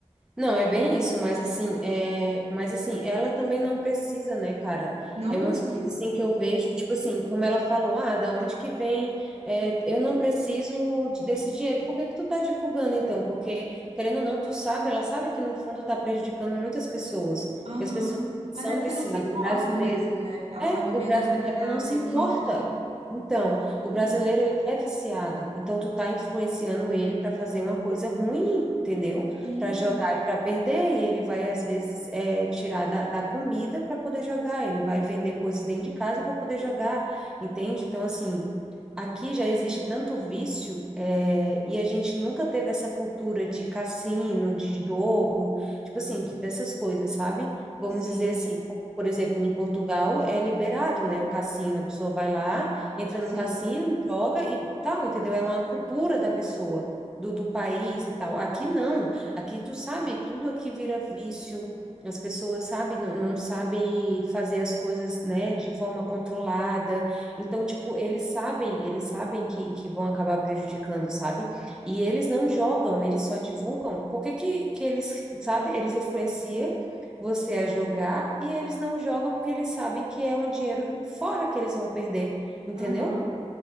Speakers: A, in the centre; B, on the right (about 65°).
A: Não, é bem isso, mas assim, é, mas assim, ela também não precisa, né, cara?
B: Não
A: É
B: precisa.
A: umas coisas assim que eu vejo, tipo assim, como ela falou, ah, da onde que vem? é, eu não preciso de- desse dinheiro. Por que que tu tá divulgando então? Porque querendo ou não, tu sabe, ela sabe que no fundo tá prejudicando muitas pessoas.
B: Aham.
A: As pessoas são
B: Mas é porque
A: viciadas.
B: não se importa
A: O brasileiro
B: mesmo, né? Ela
A: é,
B: tá vivendo
A: o brasileiro,
B: a vida
A: ela
B: dela
A: não se
B: feliz
A: importa.
B: ali.
A: Então, o brasileiro
B: Hum,
A: ele é viciado. Então, tu tá influenciando ele para fazer uma coisa ruim, entendeu?
B: Sim,
A: para jogar e para perder, e ele vai, às vezes, é, tirar da, da comida para poder jogar, ele vai vender coisas dentro de casa para poder jogar, entende? Então, assim, aqui já existe tanto vício, é, e a gente nunca teve essa cultura de cassino, de jogo, tipo assim, de- dessas coisas, sabe? Vamos
B: sim.
A: dizer assim. Por exemplo, em Portugal é liberado, né? O cassino, a pessoa vai lá, entra
B: Sim,
A: no cassino, joga e tal, entendeu? É uma cultura da pessoa, do, do país e tal. Aqui não. Aqui tu sabe, tudo aqui vira vício. As pessoas, sabe, não, não sabem fazer as coisas, né, de forma controlada. Então, tipo, eles sabem, eles sabem que, que vão acabar prejudicando, sabe? E eles não jogam, eles só divulgam. Por que que, que eles, sabe, eles influenciam você a jogar e eles não jogam porque eles sabem que é um dinheiro fora que eles vão perder, entendeu?
B: aham.